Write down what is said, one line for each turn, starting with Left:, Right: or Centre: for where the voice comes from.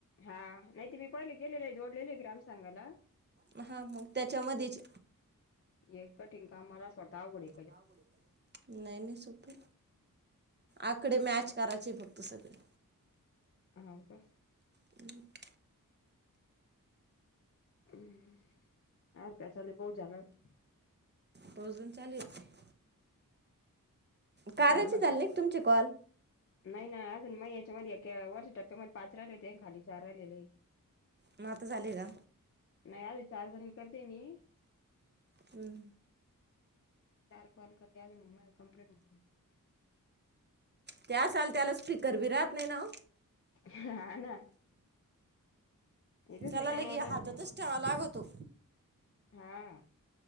Left: हा. नाही ते मी पहिले केलेले आहे. जोडलेले आहे ग्राम संघाला.
Right: म हा मग त्याच्यामध्येच.
Left: एक कठीण काम मला असं वाटतं अवघडे.
Right: लई अवघडे. नही नही सोपय. आकडे मॅच करायचे फक्त सगळे.
Left: हाऊ का?
Right: <unintelligible>
Left: हं. अजून काय चाललंय? पाऊस झाला का?
Right: पाऊस गंज चालूये. कार्याचे
Left: का?
Right: झाले? तुमचे कॉल,
Left: नाही नाही अजून म याच्यामध्ये वर्ष टक् ते म्हणी पाच राहिले होते खाली चार राहिलेले.
Right: मग आता झाले का
Left: नाही अजून चार जनी करते मी.
Right: हं.
Left: चार कॉल करते अजून मग माझे कम्प्लेट होऊन जाईल.
Right: ते आसल त्याला स्पीकर बी राहत नाही ना ओ.
Left: हा ना. हे दुसरे
Right: तेला
Left: कामावर
Right: लगी
Left: लय
Right: हातातच
Left: होते
Right: ठेवावं लागतो.
Left: हा.